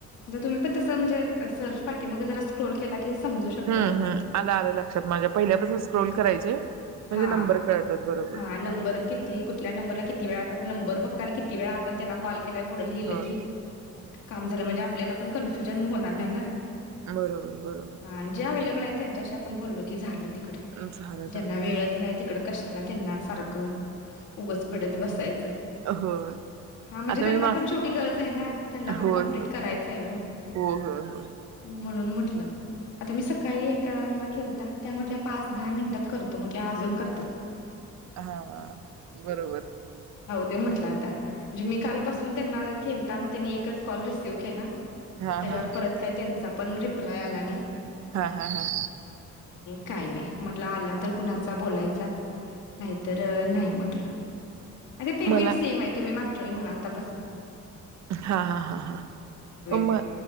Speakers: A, on the left; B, on the right.
A: आता तुम्ही पण तसं म्हणजे सर्च पाठी मग जरा स्क्रोल केला की समजू शकते
B: हम्म
A: तुम्हाला,
B: हम्म आलं आलं लक्षात माझ्या पहिल्यापासून स्क्रोल करायचे म्हणजे
A: हा
B: नंबर कळतात बरोबर
A: हा नंबर किती कुठल्या नंबर ला किती वेळा नंबर फक्त आणि किती वेळा आपण त्याला कॉल केला. पुढं लिहिलं
B: हो
A: की, काम झालं म्हणजे आपल्या त्याला पण कन्फ्युजन होणार नाही ना.
B: बरोबर बरोबर
A: हा जे अवेलेबल आहेत त्यांच्याशी आपण बोललो की झालं. तिकडं
B: झालं झालं
A: त्यांना वेळच नाही. ती तिकड कशाला त्यांना सारखं उगच पडत बसायचं
B: हो
A: हा म्हणजे
B: आता
A: त्यांना
B: मी माग
A: पण शेवटी गरज आहे ना, त्यांना पण
B: होय
A: कंप्लीट
B: होय
A: करायचंय ओ.
B: हो होय होय
A: म्हणून म्हंटल आता मी सकाळी
B: बर
A: एका केलता, त्या म्हंटल्या पाच दहा मिनटात करतो म्हंटल्या अजून करतात.
B: हां बरोबर
A: देऊ म्हटलं आता. म्हणजे मी काल पासून त्यांना केलता मग त्यांनी एकच कॉल रिसिव्ह केला.
B: हा
A: त्याच्यावर
B: हा हा
A: परत काय त्यांचा पण रिप्लाय आला नाही.
B: हां हां हां
A: काही नाही म्हटलं आला तर कुणाचा बोलायचा, नाहीतर नाही म्हटलं. अरे पेमेंट
B: मला
A: सेम आहे तुम्ही माग <unintelligible> म्हणालता तस <inaudible>
B: हां हां हां हां अम
A: पण
B: म